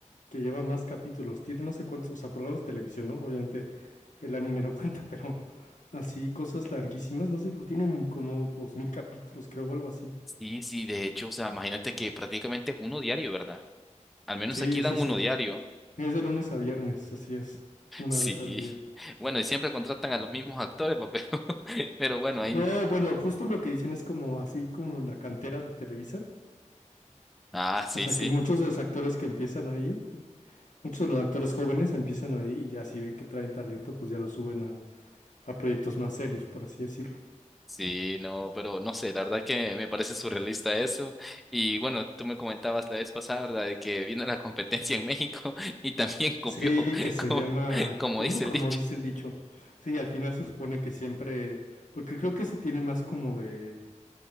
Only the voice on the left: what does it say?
que lleva más capítulos, tiene no sé cuántos, o sea, programas de televisión, ¿no? Obviamente el anime no cuenta, <laughs> pero así cosas larguísimas, no sé, tienen como dos mil capítulos, creo, o algo así.
Sí,
sí, sí.
Es de lunes a viernes, así es, una
vez al día.
No, bueno, justo lo que dicen es como así como la cantera de Televisa.
O sea
que muchos de los actores que empiezan ahí, muchos de los actores jóvenes empiezan ahí y ya si ven que traen talento, pues ya lo suben a, a proyectos más serios, por así decirlo.
Sí,
que se
llama,
¿cómo?
Como
dice el dicho. Sí, al final se supone que siempre, porque creo que se tiene más como de,